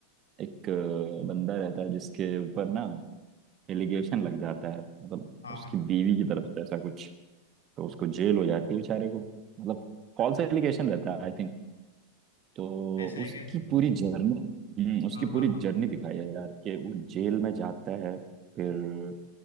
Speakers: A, on the right; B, on the left.
A: एक अ, बंदा रहता है जिसके ऊपर ना एलिगेशन लग जाता है मतलब
B: हाँ
A: उसकी
B: हाँ
A: बीवी की तरफ से ऐसा कुछ तो उसको जेल हो जाती है बेचारे को मतलब फॉल्स एलिगेशन रहता है आई थिंक तो
B: ऐसा है
A: उसकी
B: क्या
A: पूरी जर्नी हम्म उसकी
B: हाँ
A: पूरी
B: हाँ हाँ
A: जर्नी दिखाई है यार कि वो जेल में जाता है फिर